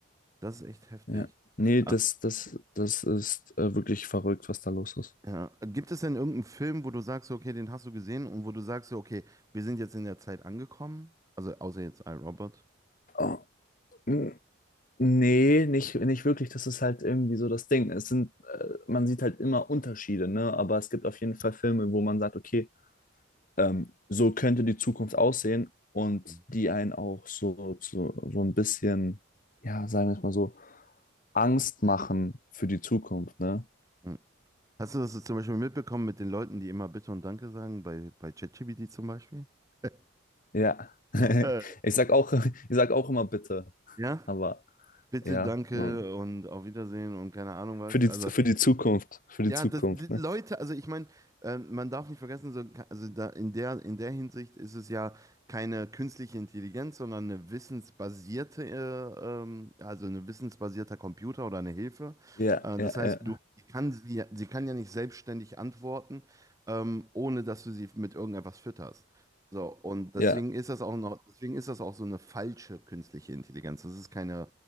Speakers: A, on the right; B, on the left.
A: das ist echt heftig.
B: Ja. Nee, das,
A: Ah,
B: das, das ist äh, wirklich verrückt, was da los ist.
A: Ja. Gibt es denn irgendeinen Film, wo du sagst, okay, den hast du gesehen und wo du sagst, so, okay, wir sind jetzt in der Zeit angekommen? Also außer jetzt iRobot.
B: Oh. mm. Nee, nicht, nicht wirklich. Das ist halt irgendwie so das Ding. Es sind, äh, man sieht halt immer Unterschiede, ne? Aber es gibt auf jeden Fall Filme, wo man sagt, okay, ähm, so könnte die Zukunft aussehen und
A: Mhm.
B: die einen auch so, so, so ein bisschen, ja, sagen wir es mal so, Angst machen für die Zukunft, ne?
A: Mhm. Hast du das zum Beispiel mitbekommen mit den Leuten, die immer Bitte und Danke sagen, bei, bei ChatGPT zum Beispiel? <laughs>
B: Ja. <laughs>
A: Äh,
B: Ich sag auch, ich sag auch immer bitte,
A: ja,
B: aber
A: bitte,
B: ja.
A: danke
B: hm.
A: und auf Wiedersehen und keine Ahnung was.
B: Für die,
A: Also
B: für die Zukunft, für die
A: Ja,
B: Zukunft,
A: das, die
B: ne?
A: Leute, also ich meine, ähm, man darf nicht vergessen, so, also da in der, in der Hinsicht ist es ja keine künstliche Intelligenz, sondern eine wissensbasierte, äh, ähm, also ein wissensbasierter Computer oder eine Hilfe.
B: Ja,
A: Äh, das
B: ja,
A: heißt,
B: ja,
A: du sie kann sie, ja- sie kann ja nicht selbstständig antworten, ähm, ohne dass du sie mit irgendetwas fütterst. So, und deswegen
B: ja,
A: ist das auch noch, deswegen ist das auch so eine falsche künstliche Intelligenz. Das ist keine,